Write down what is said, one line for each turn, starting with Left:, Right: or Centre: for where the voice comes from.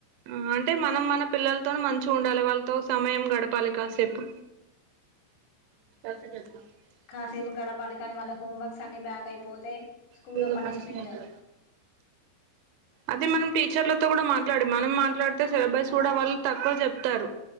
Right: ఆ అంటే మనం మన పిల్లల్తోని మంచిగుండాలి వాళ్ళతో సమయం గడపాలి కాసేపు కసరత్తు
Left: కాసేపు
Right: మ
Left: గడపాలి కానీ వాళ్ళ హోంవర్క్స్ అన్ని బ్యాక్ అయిపోతే స్కూల్లో
Right: ఫుల్లు
Left: పనిష్మెంట్
Right: పనిష్మెంటు అది మనం టీచర్లతో గూడా మాట్లాడి మనం మాట్లాడితే సిలబస్ గూడా వాళ్ళు తక్కువ జెప్తారు